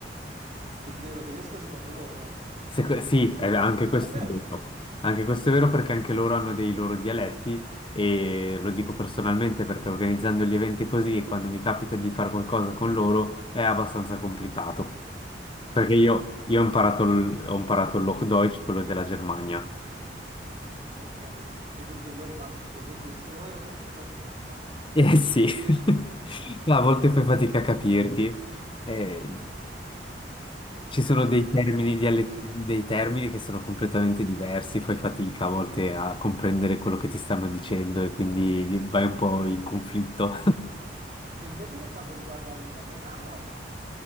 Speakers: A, on the right; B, on the left.
A: il vero tedesco secondo loro.
B: Seco- sì, eh, anche questo
A: <laughs>
B: è vero.
A: Che-
B: Anche questo è vero perché anche loro hanno dei loro dialetti e lo dico personalmente perché organizzando gli eventi così e quando mi capita di fare qualcosa con loro è abbastanza complicato.
A: Assolutamente.
B: Perché io, io ho imparato il, ho imparato il Hochdeutsch, quello della Germania.
A: Ok, e dunque loro parlano quello svizzero e ovviamente è diverso.
B: Eh sì, <laughs>
A: Esatto.
B: a volte fai fatica a capirti. Eh, Ci sono
A: Per-
B: dei termini, diale- dei termini che sono completamente diversi, fai fatica a volte a comprendere quello che ti stanno dicendo e quindi vai un po' in conflitto.
A: E invece per quanto riguarda l'italiano,